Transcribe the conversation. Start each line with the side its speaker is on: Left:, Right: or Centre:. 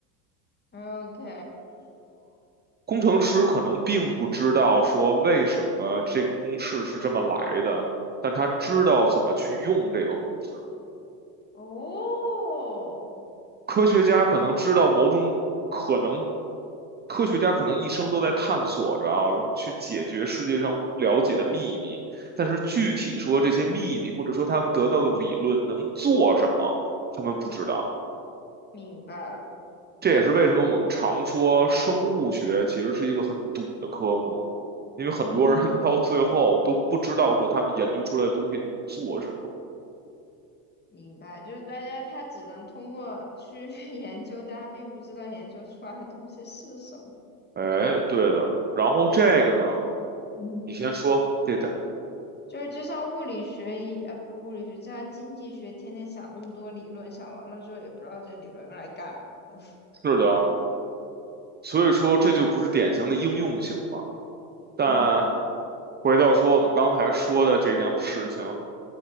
Left: OK，
Right: 工程师可能并不知道说为什么这个公式是这么来的，但他知道怎么去用这个公式。
Left: 哦，
Right: 科学家可能知道某种可能，科学家可能一生都在探索着啊，去解决世界上不了解的秘密。但是具体说这些秘密，或者说他们得到的理论能做什么，他们不知道。
Left: 明白了，
Right: 这也是为什么我们常说生物学其实是一个很赌的科目，因为很多人
Left: 嗯，
Right: <laughs> 到最后都不知道说他们研究出来的东西能做什么。
Left: 明白，就是大家他只能通过去 <laughs> 研究，但他并不知道研究出来的东西是什么，
Right: 哎，对的。然后这个呢，
Left: 就是嗯，
Right: 你先说，对的，
Left: 就是就像物理学一呃不物理学，就像经济学，天天想那么多理论，想完了之后也不知道这理论用来干嘛的，
Right: 是的。所以说这就不是典型的应用型嘛。但
Left: 嗯
Right: 回到说我们刚才说的这件事情，